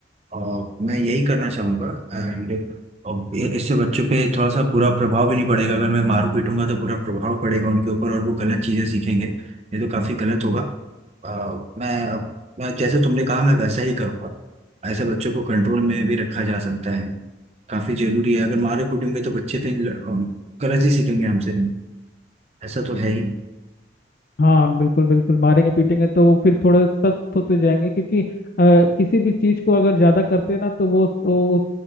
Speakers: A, on the right (about 35°); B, on the left (about 50°).
A: और मैं यही करना चाहूंगा एंड इससे बच्चों पे थोड़ा सा बुरा प्रभाव भी नहीं पड़ेगा अगर मैं मारू पीटूंगा तो बुरा प्रभाव पड़ेगा उनके ऊपर और वो गलत चीजें सीखेंगे ये तो काफी गलत होगा अ, मैं अब मैं जैसे तुमने कहा मैं वैसा ही करूँगा ऐसे बच्चों को कंट्रोल में भी रखा जा सकता है काफी जरूरी है अगर मारे कूटेंगे तो बच्चे फिर गलत ही सीखेंगे हमसे ऐसा तो है ही
B: हाँ बिल्कुल बिल्कुल मारेंगे पीटेंगे तो वो फिर थोड़े सख्त होते जाएंगे क्योंकि अ, किसी भी चीज को अगर ज्यादा करते हैं ना तो वो वो उस